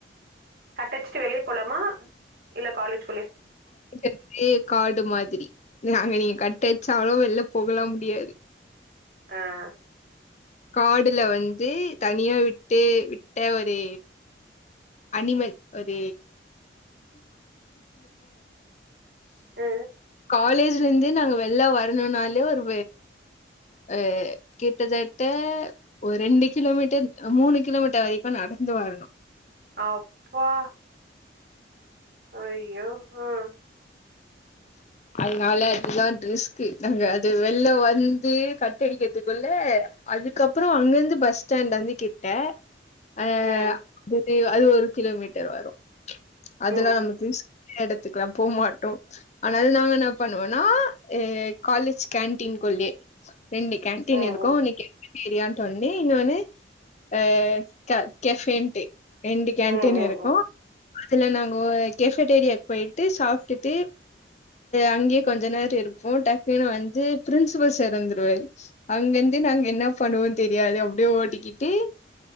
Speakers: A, on the right (about 55°); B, on the left (about 35°).
A: கட்டச்சிட்டு வெளியே போலாமா இல்ல காலேஜ்
B: ந்து காடு மாதிரி நாங்க நீங்க கட் ட்டயச்சாலும் வெளில போகலாம் முடியாது
A: ஆஹ்
B: காடுல வந்து தனியா விட்டு விட்ட ஒரு அனிமல் <inaudible>
A: ஆ
B: காலேஜ்லருந்து நாங்க வெள்ள வரணும்னாலே ஒரு அஹ கிட்டத்தட்ட ஒரு ரெண்டு கிலோமீட்டர் மூணு கிலோமீட்டர் வர நடந்து வரணும்
A: அப்பா ஐயோ ஹம்
B: அதனால அதுலா ரிஸ்க் நாங்க அது வெள்ல வந்து கட்டடிக்கிறதுக்குள்ள அதுக்கப்புறம் அங்கிருந்து பஸ் ஸ்டாண்ட் வந்து கிட்ட அஹ்
A: ம்
B: அ அது ஒரு கிலோமீட்டர் வரும்
A: ம்
B: அதெல்லாம் நமக்கு எடத்துக்கலாம் போகமாட்டோம் ஆனால நாங்க என்ன பண்ணுவோம்னா காலேஜ் கேன்டீன்குள்ளயே ரெண்டு கேண்டீன்
A: ம் ம்
B: இருக்கும் பெரியாண்டோல்னி இங்கவந்து அ க கஃபேனுட்டு ரெண்டு கேன்டீன்
A: ம் ம்
B: இருக்கும் அதுல நாங்க கெஃபட்டேரியா போயிட்டு சாப்பிட்டுட்டு அங்கேயே கொஞ்ச நேரம் இருப்போம் டக்குனு வந்து பிரின்சிபல் சார் இருந்துருவாரு அங்கிருந்து நாங்க என்ன பண்ணுவோம்ன்னு தெரியாது அப்படியே ஓடிகிட்டு